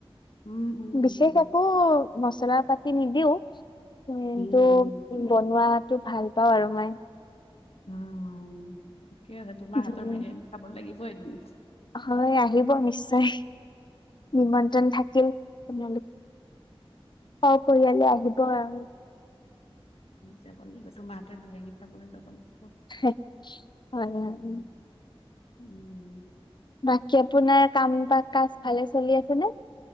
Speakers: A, on the left; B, on the left.
A: উম উম
B: বিশেষ
A: উম
B: একো মচ, মচলা পাতি নিদিও। উম,
A: উম
B: ত',
A: উম
B: বনোৱাত টো ভাল পাওঁ আৰু মই।
A: উম- উম ঠিকে আছে। তোমাৰ
B: উম,
A: হাতৰ বিৰিয়ানী খাব লাগিব। <unintelligible>
B: হয় আহিব নিশ্চয়।
A: <unintelligible>
B: নিমন্ত্ৰণ থাকিল আপোনালোক সপৰিয়ালে আহিব আৰু।
A: যাব লাগিব তোমাৰ হাতৰ বিৰিয়ানী খাবলৈ যাব লাগিব।
B: হয় -হয়
A: উম।
B: - হয়।
A: উম,
B: বাকী আপোনাৰ কাম বা কাজ ভালে চলি আছে? কেনে,